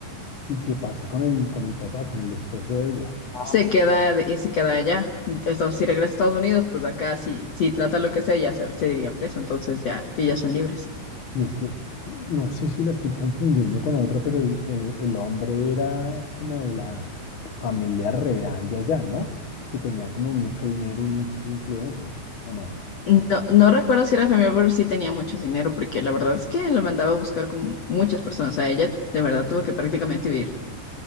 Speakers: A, on the left; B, on the left.
A: ¿Y qué pasa con el, con el papá, con el esposo de ella?
B: Se queda, de- se queda allá. Entonces, si regresa a Estados Unidos, pues acá si, si trata lo que sea, ya se, se diría presa, entonces ya ellas son libres.
A: Y es que no sé si la estoy confundiendo con otra, pero eh, el hombre era como de la familia real de allá, ¿no? Que tenía como mucho dinero y muchas influencias, ¿o no?
B: No, no recuerdo si era familiar, pero sí tenía mucho dinero, porque la verdad es que lo mandaba a buscar con muchas personas. A ella de verdad tuvo que prácticamente huir.